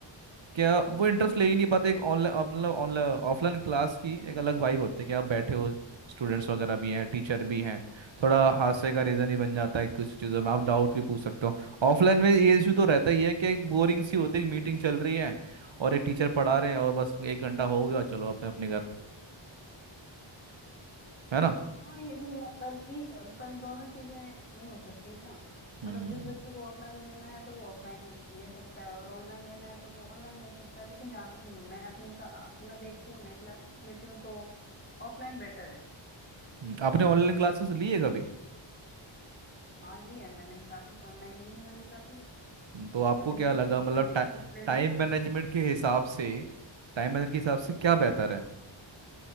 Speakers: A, on the right (about 65°); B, on the left (about 20°).
A: क्या वो इंटरेस्ट ले ही नहीं पाते एक ऑनलाइन मतलब ऑनलाइन ऑफलाइन क्लास की एक अलग वाइब होती है कि आप बैठे हो स्टूडेंट्स वगैरह भी हैं टीचर भी हैं थोड़ा हादसे का रीज़न ही बन जाता है कुछ चीज़ों में आप डाउट भी पूछ सकते हो ऑफलाइन में ये इशू तो रहता ही है कि एक बोरिंग सी होती है मीटिंग चल रही है और एक टीचर पढ़ा रहे हैं और बस एक घंटा हो गया चलो अपने अपने घर है ना
B: हाँ ये भी है पर ठीक है पर दोनों चीजें नहीं हो सकती ना
A: हम्म
B: अगर जिस बच्चे को ऑफलाइन लेना है तो वो ऑफलाइन ले सकता है और ऑनलाइन लेना है तो वो ऑनलाइन ले सकता है लेकिन जहाँ तक मैं अपनी सा, अपना देखती हूँ मैं क्लासेस लेती हूँ तो ऑफलाइन बेटर है
A: हम्म, आपने ऑनलाइन क्लासेस ली है कभी
B: हाँ ली है मैंने क्लासेस ऑनलाइन ली है मैंने क्लासेस
A: तो आपको
B: अभी
A: क्या
B: भी
A: लगा
B: बीच
A: मतलब
B: में भी कुछ ले
A: टाइम
B: लेती हूँ
A: मैनेजमेंट के हिसाब से टाइम मैनेजमेंट के हिसाब से क्या बेहतर है